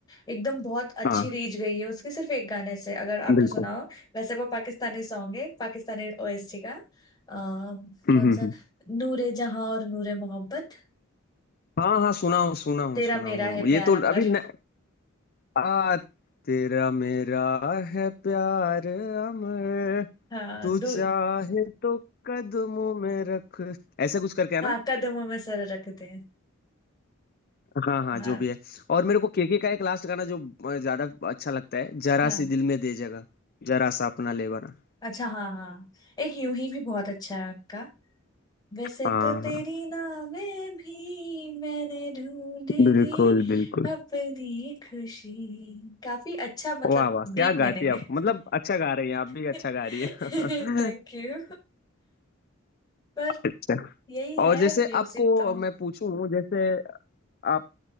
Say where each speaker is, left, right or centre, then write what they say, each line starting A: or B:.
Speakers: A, on the left; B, on the left.
A: एकदम बहुत अच्छी
B: हाँ
A: रीच गई है उसके सिर्फ एक गाने से अगर आपने
B: बिल्कुल
A: सुना हो वैसे वो पाकिस्तानी सॉन्ग है पाकिस्तानी ओएसटी का अ, कौन
B: हम्म हम्म
A: सा
B: हम्म।
A: नूरे जहां और नूरे मोहब्बत
B: हाँ हाँ सुना हूँ सुना हूँ
A: तेरा
B: सुना
A: मेरा
B: हूँ
A: है
B: ये
A: प्यार
B: तो
A: अमर
B: अभी न... आ तेरा मेरा है प्यार अमर
A: हाँ
B: तू
A: दूर
B: चाहे तो कदमों में रख ऐसा कुछ करके है
A: हाँ
B: ना
A: कदमों में सर रख दे
B: हाँ हाँ
A: हाँ
B: जो भी है और मेरे को केके का एक लास्ट गाना जो अ, ज्यादा अच्छा लगता है जरा
A: हाँ
B: सी दिल में दे जगह जरा सा अपना ले बना
A: अच्छा हाँ हाँ एक यूं ही भी बहुत अच्छा है उनका वैसे
B: हाँ
A: तो तेरी
B: हाँ
A: नावें भी मैंने ढूंढ
B: बिल्कुल
A: ली
B: बिल्कुल
A: अपनी खुशी काफी अच्छा मतलब
B: वाह वाह
A: डीप
B: क्या
A: मीनिंग
B: गाती है
A: है
B: आप मतलब अच्छा गा रही हैं आप भी
A: <laughs>
B: अच्छा गा रही है
A: Thank
B: <laughs>
A: you पर
B: अच्छा
A: यही
B: और
A: है
B: जैसे
A: म्यूजिक
B: आपको
A: तो
B: मैं पूछूं जैसे आप